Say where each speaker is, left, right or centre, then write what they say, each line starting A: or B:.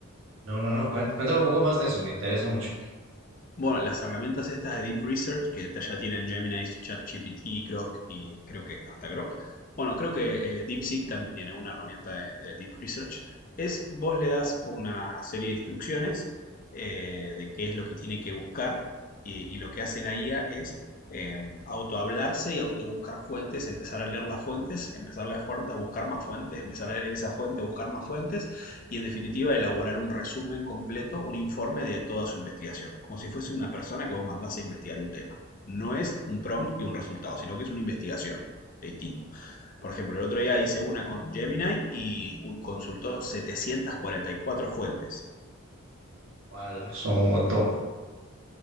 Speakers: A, on the right; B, on the left.
A: no, no, no, cuen- cuéntame un poco más de eso, me interesa mucho.
B: Bueno, las herramientas estas de Deep Research, que ya tienen Gemini, ChatGPT, Grok y creo que hasta Grok. Bueno, creo que eh, DeepSeek también tiene una herramienta de, de Deep Research. Es vos le das una serie de instrucciones eh, de qué es lo que tiene que buscar y, y lo que hace la IA es eh, autohablarse y autobuscar fuentes, empezar a leer las fuentes, empezar a leer fuentes, a buscar más fuentes, empezar a leer esa fuente, buscar más fuentes y en definitiva elaborar un resumen completo, un informe de toda su investigación, como si fuese una persona que vos mandás a investigar un tema. No es un prompt y un resultado, sino que es una investigación es distinto. Por ejemplo, el otro día hice una con Gemini y consultó 744 fuentes.
A: Wala, son un montón.